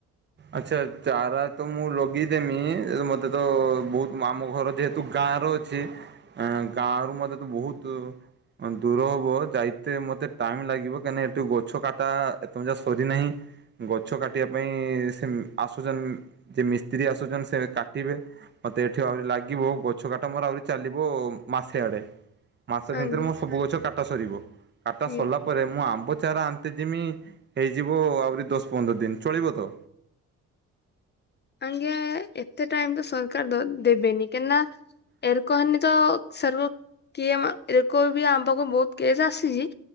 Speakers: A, on the right; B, on the left.
A: ଆଛା ଚାରା ତ ମୁଁ ଲଗେଇଦେମି ମତେ ତ ବହୁତ ଆମ ଘର ଯେହତୁ। ତୁ ଗାଁ ର ଅଛି ଆ ଗାଁ ରୁ ମତେ ତ ବହୁତ ଦୂର ଦୂର ହବ ଯାଇତେ ମତେ ଟାଇମ୍ ଲାଗିବ କାହିଁକି ଏଠି ଗଛ କାଟା ଏପର୍ଯ୍ୟନ୍ତ ସରିନାହିଁ। ଗଛ କାଟିବା ପାଇଁ ସେ ଆସୁଛନ୍ ଯିଏ ମିସ୍ତ୍ରୀ ଆସୁଛନ୍ ସେ କାଟିବେ। ମତେ ଏଠି ଆହୁରି ଲାଗିବ ଗଛ କାଟା ମୋର ଆହୁରି ଚାଲିବ ମାସେ ଆଡେ। ମାସ ଭିତରେ
B: ଆଜ୍ଞା
A: ମୋର ସବୁ ଗଛ କାଟା ସରିବ କାଟା
B: ଆଜ୍ଞା
A: ସରିଲା ପ ପରେ ମୁଁ ଆମ୍ବ ଚାରା ଅନିତେ ଜିମି ହେଇଯିବ ଆହୁରି ଦଶ ପନ୍ଦର ଦିନ ଚଳିବ ତ?
B: ଆଜ୍ଞା ଏତେ ଟାଇମ୍ ତ ସରକାର ଦେବେନି କାଇଁନା ଏରକୋ ହେନି ତ ସର କିଏ ଏରକୋ ବି ଆମ ପାଖକୁ ବହୁତ କିଏ ଆସିଛି।